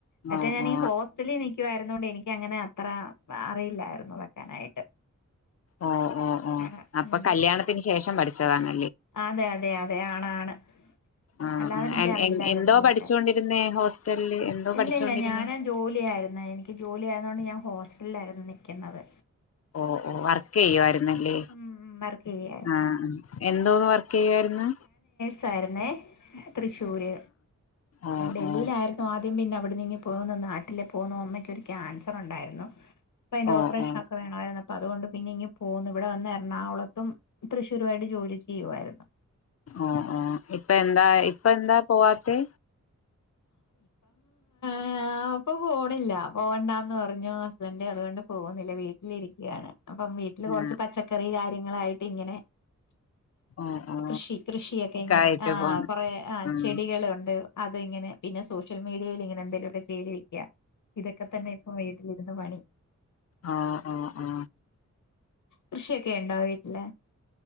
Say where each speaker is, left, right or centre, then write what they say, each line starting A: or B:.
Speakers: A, on the left; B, on the left.
A: മറ്റേ
B: ഓ
A: ഞാനീ ഹോസ്റ്റലിൽ നിക്കുയിരുന്നു ണ്ട് എനക്ക്ങ്ങനെ അത്ര അറിയില്ലായിരുന്നു വെക്കാനായിട്ട്
B: ആ ഓ ഓ
A: അട
B: അപ്പൊ
A: ഉം
B: കല്യാണത്തിന് ശേഷം പഠിച്ചതാണ്
A: അതെ അതെ അതെ ആണാണ്
B: ആ
A: അല്ലാതെ എനിക്ക അറിയില്ലായിരുന്നു
B: എന്തോ
A: അതൊക്കെ
B: പഠിച്ചുകൊണ്ടിരുന്നേ ഹോസ്റ്റലില് എന്തോ
A: ഇല്ലല്ല
B: പഠിച്ചോണ്ടിരുന്നേ
A: ഞാനാ ജോലിയായിരുന്ന എനിക്ക് ജോലി ആയതുകൊണ്ട് ഞാൻ ഹോസ് ല്ലായിരുന്നു നൽക്കുന്നത്
B: ഓ ഓ വർക്ക് ചെയ്യുവായി ന്നല്ലേ
A: ഉം വർക്ക് ചെയ്യായിരുന്നു
B: ആ എന്തോന്ന് വ ക്കെയായിരുന്നു
A: സായ്ര്ന്നേ തൃശ്ശൂര്
B: ഓ
A: ഡൽഹിയിലായിരുന്നു
B: ഓ
A: ആദ്യം പിന്നെ അവിടെ നിങ്ങി പോകുന്ന നാ പോന്നു അമ്മയ്ക്കൊരു ക്യാൻസർ ഉണ്ടായിരുന്നു അതിന്റെ
B: ഓ
A: ഓപ്പറേഷന
B: ഓ
A: ഒക്കെവേണമായിരുന്നു അപ്പ അതുകൊണ്ട് പിന്നെ ഇങ്ങ പോകുന്നു ഇവിടെ വന്ന് എറണാകുളത്തും തൃശ്രുരുമായിട്ട് ജോലി ചെയ്യുമായിരുന്നു
B: ഓ ഓ ഇപ്പ എന്താ ഇപ്പ എന്താ പോവാത്തെ
A: ആ അപ്പൊ പോണില്ല പോകണ്ടന്ന് പറഞ്ഞു ഹസ്ബൻഡ അതുകൊണ്ട് പോകുന്നില്ല വീട്ടിലിരിക്കയാണ് അപ്പം വീട്ടില്
B: ആ
A: കൊർച്ച് പച്ചക്കറി കാര്യങ്ങളായിട്ട് ഇങ്ങനെ
B: ഓ ഓ
A: കൃഷി കൃഷിയൊക്കെ ഇങ്ങനെ
B: ആയിട്ട്
A: ആ
B: പോണ്
A: കൊറെ ആ
B: ഉം
A: ചെടികള് ഉണ്ട അത് ഇങ്ങനെ പിന്നെ സോഷ്യൽ മീഡെയിലിങ്ങനെ എന്തെലൊക്കെ ചെയ്തിരിക്ക ഇതൊക്കെ തന്നെ ഇപ്പൊ വീട്ടിലിരുന്ന് പണി
B: ആ ആ ആ
A: കൃഷിയൊക്കെ ഇണ്ടൊ വീട്ട്ല്